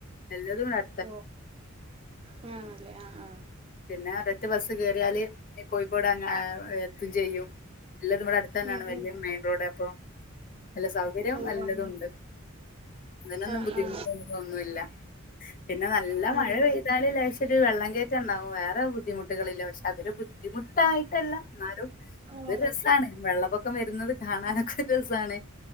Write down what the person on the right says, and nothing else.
ഓഹ് ആണല്ലേ ആഹ് ആഹ്
ഉം
ഉം
ഓ
അങ്ങനെ
ആഹ്
ആഹ്
ഉം
ആഹ്